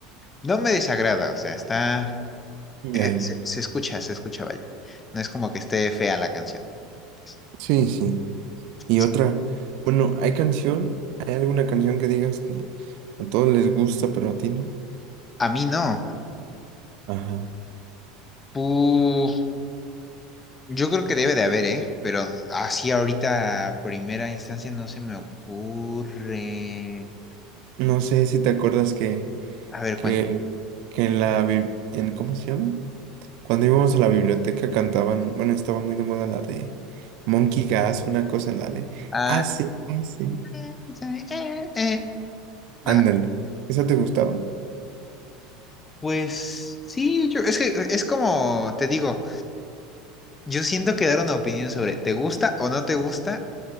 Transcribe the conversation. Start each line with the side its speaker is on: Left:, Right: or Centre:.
Left: no me desagrada, o sea, está.
Right: Ya,
Left: eh,
Right: ya.
Left: se, se escucha, se escucha, vaya. No es como que esté fea la canción. pues.
Right: Sí, sí. Y
Left: Es-
Right: otra, bueno, ¿hay canción? ¿Hay alguna canción que digas que a todos les gusta, pero a ti no?
Left: a mí no.
Right: Ajá.
Left: Pu- yo creo que debe de haber, ¿eh? Pero así ahorita, a primera instancia, no se me ocurre.
Right: No sé si te acuerdas que,
Left: A ver,
Right: que,
Left: cuéntame.
Right: que en la, bi- en, ¿cómo se llama? Cuando íbamos a la biblioteca cantaban, bueno, estaba muy de moda la de Monkey Gas, una cosa, la de
Left: Ah,
Right: hace, hace.
Left: eh, eh, eh. Ajá.
Right: Ándale. ¿Esa te gustaba?
Left: Pues sí, yo, es que eh, es como te digo, yo siento que dar una opinión sobre te gusta o no te gusta